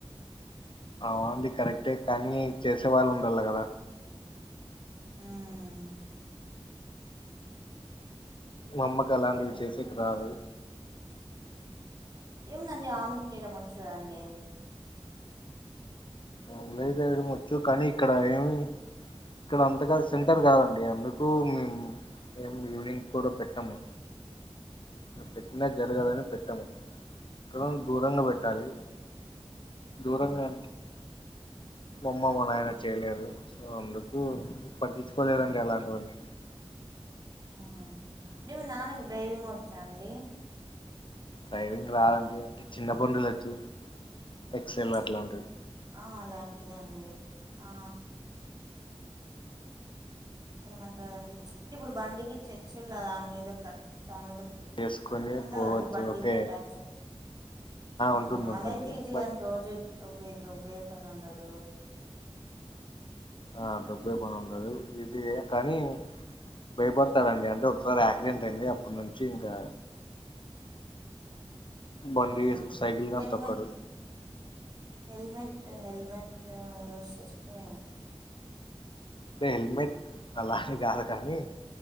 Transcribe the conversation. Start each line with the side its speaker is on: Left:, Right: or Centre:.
Left: అవునండి కరెక్టే కానీ చేసే వాళ్ళు ఉండాలి కదా
Right: ఉం
Left: మా అమ్మకి అలాంటివి
Right: కరెక్టేలేండి
Left: చేసేకి రదు
Right: ఏముందండి ఆమ్లెట్ వేయడం వచ్చు కదండి
Left: అమ్లేట్ లేయడం వచ్చు కానీ ఇక్కడ ఏమి ఇక్కడ అంతగా సెంటర్ కాదండి అందుకు మేము ఏం ఈవినింగ్ కూడా పెట్టాము ఇక్కడ పెట్టినా జరగదని పెట్టము ఎక్కడో దూరంగా పెట్టాలి దూరంగా
Right: ఆ
Left: అంటే మమ్మ మా నాయన చేయలేరు సో అందుకు పట్టించుకోలేదండి అలాంటివన్నీ
Right: ఆ అంటే మీ నాన్నకి డ్రైవింగ్ వచ్చా అండి
Left: డ్రైవింగ్ రాదండి అంటే చిన్న బండు లొచ్చు ఎక్సెల్
Right: ఉమ్
Left: అట్లాంటివి
Right: ఆ అలాంటిదండి ఆ ఏమంటారుదండి అంటే ఇప్పుడు బండికి చెక్స్ల్లా దాని మీద కట్ దాని మీద
Left: చేసుకొని
Right: <unintelligible> ఉంటదండి
Left: పోవచ్చు
Right: బండికి
Left: ఓకే
Right: అటాచ్ ఆ
Left: ఉంటుంది
Right: అలా
Left: ఉంటుంది
Right: అయితే ఈజీగాని
Left: బట్
Right: రోజు దబ్బే దడబ్బే పని ఉండదు <unintelligible>
Left: ఆ డబ్బే పని ఉండదు ఈజీయే కానీ భయపడతాడండి అంటే ఒకసారి యాక్సిడెంట్ అయింది అప్పటి నుంచి ఇంకా బండి
Right: ఆ
Left: సైకిల్
Right: హెల్మెట్
Left: గాని తొక్కడు
Right: హెల్మెట్ హెల్మెట్ యూస్ చేస్తే
Left: అంటే హెల్మెట్ అలానే కాదు కానీ